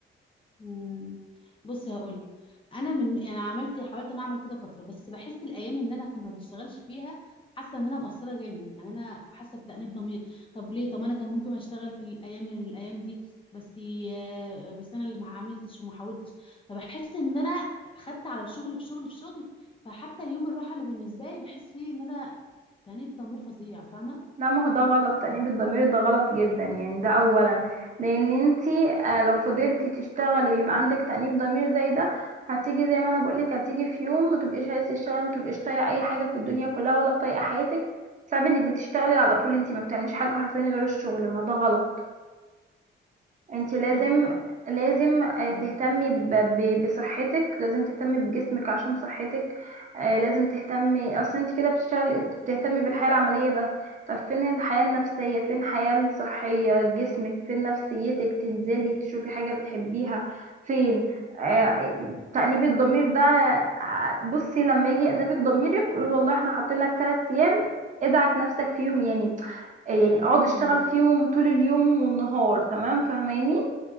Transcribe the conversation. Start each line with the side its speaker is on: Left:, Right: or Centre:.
Left: مم. بصي هقول لك انا من يعني عملت حاولت ان اعمل كده فتره بس بحس الايام ان انا ما بشتغلش فيها حاسه ان انا مقصره جامد يعني انا حاسه بتأنيب ضمير طب ليه طب انا كان ممكن اشتغل في الايام الايام دي بس آه، بس انا اللي ما عملتش وما حاولتش فبحس ان انا خدت على الشغل في شغل في شغل فحتى اليوم الراحه اللي بالنسبه لي بحس فيه ان انا تأنيب ضمير فظيع فاهمه
Right: لا ما هو ده غلط تأنيب الضمير ده غلط جدا يعني ده اولا لان انتي آه، لو فضلتي تشتغلي ويبقى عندك تأنيب ضمير زي ده هتيجي زي ما انا بقولك هتيجي في يوم ما تبقيش عايزه تشتغلي ما تبقيش طايقه اي حاجه في الدنيا كلها ولا طايقه حياتك صعب انك بتشتغلي على طول انتي ما بتعمليش حاجه حرفيا غير الشغل ما ده غلط انت
Left: صح
Right: لازم
Left: عندك حق
Right: لازم
Left: و-
Right: آه،
Left: مم.
Right: تهتمي ب- ب- بصحتك لازم تهتمي بجسمك عشان صحتك آه، لازم تهتمي اصل انت كده بتشتغل بتهتمي بالحياة العملية بس طب فين الحياة النفسية فين الحياة الصحية جسمك فين نفسيتك تنزلي تشوفي حاجة بتحبيها فين آه، تأنيب الضمير ده آه، بصي لما يجي يأنبك ضميرك قولوا والله احنا حاطين لك 3 ايام ادعك نفسك فيهم يعني آه، يعني اقعد
Left: مم.
Right: اشتغل فيهم طول اليوم والنهار تمام فاهماني